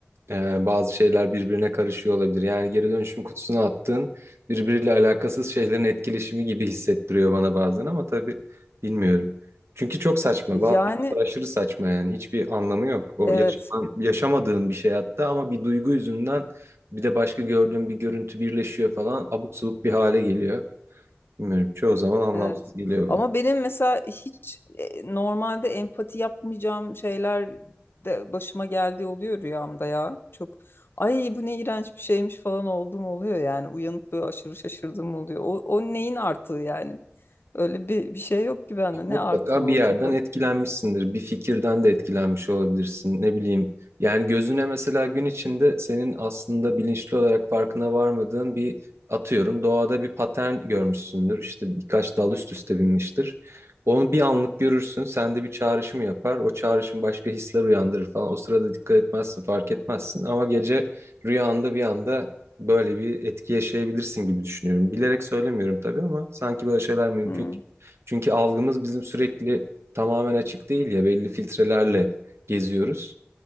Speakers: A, on the right; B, on the left.
A: ee, bazı şeyler birbirine karışıyor olabilir. Yani geri dönüşüm kutusuna attığın birbiriyle alakasız şeylerin etkileşimi gibi hissettiriyor bana bazen ama tabii bilmiyorum. Çünkü çok saçma.
B: Yani
A: Bazen aşırı saçma yani. Hiçbir anlamı yok. O
B: evet
A: yaşanan, yaşamadığın bir şey hatta ama bir duygu yüzünden bir de başka gördüğün bir görüntü birleşiyor falan abuk subuk bir hale geliyor. Bilmiyorum. Çoğu zaman anlamsız
B: Evet.
A: geliyor
B: Ama
A: bana.
B: benim mesela hiç e, normalde empati yapmayacağım şeyler de başıma geldiği oluyor rüyamda ya. Çok ay bu ne iğrenç bir şeymiş falan olduğum oluyor yani. Uyanıp böyle aşırı şaşırdığım oluyor. O, o neyin artığı yani? Öyle bir, bir şey yok ki bende.
A: Mutlaka
B: Ne artığı olacak
A: bir yerden
B: o?
A: etkilenmişsindir. Bir fikirden de etkilenmiş olabilirsin. Ne bileyim. Yani gözüne mesela gün içinde senin aslında bilinçli olarak farkına varmadığın bir atıyorum doğada bir patern görmüşsündür. İşte birkaç dal üst üste binmiştir. Onu bir anlık görürsün. Sende bir çağrışım yapar. O çağrışım başka hisler uyandırır falan. O sırada dikkat etmezsin, fark etmezsin. Ama gece rüyanda bir anda böyle bir etki yaşayabilirsin gibi düşünüyorum. Bilerek söylemiyorum tabii ama sanki böyle şeyler mümkün.
B: Hmm.
A: Çünkü algımız bizim sürekli tamamen açık değil ya belli filtrelerle geziyoruz.